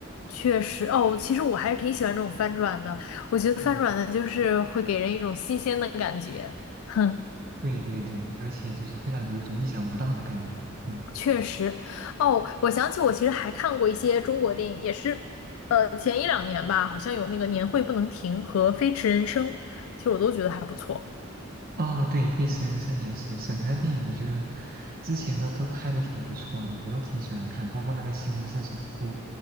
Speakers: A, on the left; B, on the right.
A: 确实，哦，其实我还是挺喜欢这种翻转的，我觉得翻转的就是会给人一种新鲜的感觉，
B: 嗯，
A: <laughs> 哼。
B: 对对对，而且就是会让你有种意想不到的感觉，嗯。
A: 确实，哦，我想起我其实还看过一些中国电影，也是，呃，前一两年吧，好像有那个《年会不能停》和《飞驰人生》，其实我都觉得还不错。
B: 哦，对，《费斯人生》也是，沈腾的电影，我觉得之前的都拍的挺不错的，我都挺喜欢看，包括那个《西红柿首富》，